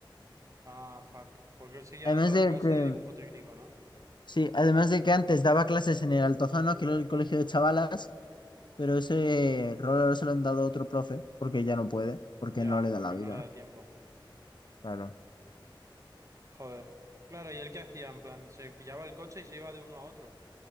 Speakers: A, on the right; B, on the left.
A: Ah, fuck, porque él seguía
B: Además
A: dando la
B: de
A: clase
B: que,
A: de dibujo técnico, ¿no?
B: sí, además de que antes daba clases en el Altozano, que era el colegio de chavalas, Pero ese rol ahora se lo han dado a otro profe porque ya no puede, porque
A: Ya,
B: no le da
A: porque
B: la vida.
A: no le da tiempo.
B: Claro.
A: Joder. Claro, ¿y él qué hacía? En plan, se pillaba el coche y se iba de uno a otro.